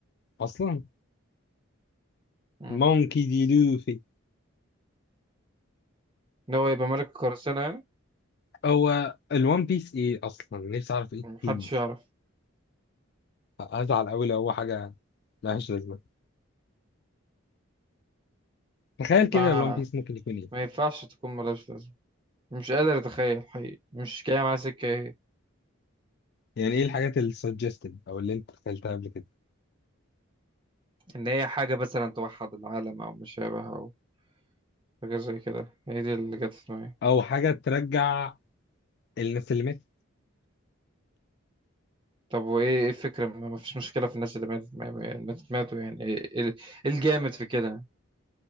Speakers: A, on the left; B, on the right.
A: اصلا
B: مم.
A: مونكي دي لوفي
B: إن هو يبقى ملك القراصنة يعني
A: هو الوان بيس ايه اصلا نفسي اعرف ايه التيمز
B: محدش يعرف
A: هزعل قوي لو هو حاجه ملهاش لازمه تخيل
B: ما,
A: كده الوان بيس ممكن يكون ايه
B: ما ينفعش تكون ملهاش لازمة مش قادر أتخيل حقيقي مش جاية معايا سكة إيه
A: يعني ايه الحاجات اللي suggested او اللي انت دخلتها قبل كده
B: إن هي حاجة مثلا توحد العالم أو مشابه أو حاجة زي كده هي دي اللي جت في دماغي
A: او حاجه ترجع الناس اللي ماتت
B: طب وايه ايه الفكرة ما ما فيش مشكلة في الناس اللي ماتت ما- ما- ماتت ماتوا يعني ايه ايه إيه الجامد في كده